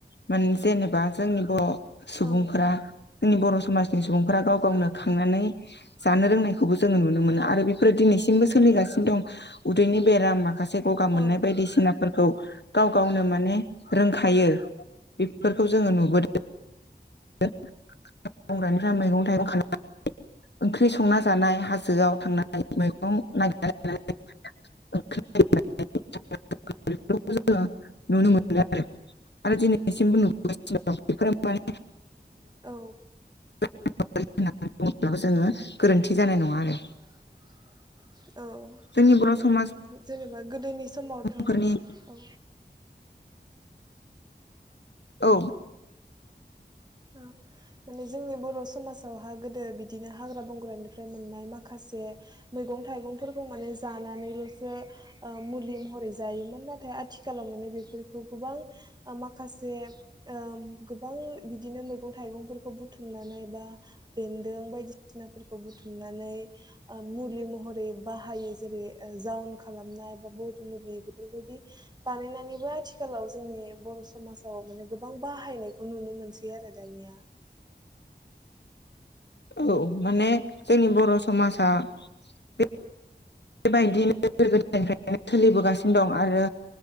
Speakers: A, on the left; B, on the right.
A: मोन जेनेबा जोंनि बर' सुबुंफोरा
B: औ
A: जोंनि बर' समाजनि सुबुंफोरा गाव गावनो खांनानै जानो रोंनाय नायखौबो जोङो नुनो मोनो आरो बेफोरो दिनैसिमबो सोलिगासिनो दं। उदैनि बेरामा खासे गगा
B: औ
A: मोननाय बायदिसिनाफोरखौ गाव गावनो माने रोंखायो
B: औ
A: बेफ बेफोरखौ जोङो नुबोदों। ओ मावग्रानिफ्राय मैगं थाइगं खाना <unintelligible> ओंख्रि संना जानाय हाजोआव थांनाय मैगं नायगिरना <unintelligible> बेफोरखौ जोंङो नुनो मोनो आरो दिनैसिमबो नुबुगासिनो दं बेफोरो माने
B: औ
A: <unintelligible> बुङो रागो जोङो गोरोन्थि जानाय नङा।
B: ए
A: आरो
B: <unintelligible> औ
A: जोंनि बर' समाज
B: ओम जेनेबा गोदोनि समावथ' औ
A: फोरनि औ
B: ओ माने जोंनि बर' समाजावहा गोदो बिदिनो हाग्रा बंग्रानिफ्राय मोननाय माखासे मैगं थाइगंफोरखौ माने जानानैल'सो ओ मुलि महरै जायोमोन नाथाय आथिखालाव माने बेफोरखौ गोबां ओ माखासे ओम गोबां बिदिनो मैगं थाइगंफोरखौ बुथुमनानै बा बेन्दों बायदिसिनाफोरखौ बुथुमनानै ओ मुलि महरै बाहायो जेरै ओ जाउन खालामनाय बा बरि मुलि बेफोरबायदि बानायनानैबो आथिखालाव जोंनि बर' समाजाव माने गोबां बाहायनायखौ नुनो मोनसै। सै आरो दानिया
A: औ माने जोंनि बर' स समाजा बे बेबायदिनो गोदो गोदोनिफ्रायनो सोलिबोगासिनो दं आरो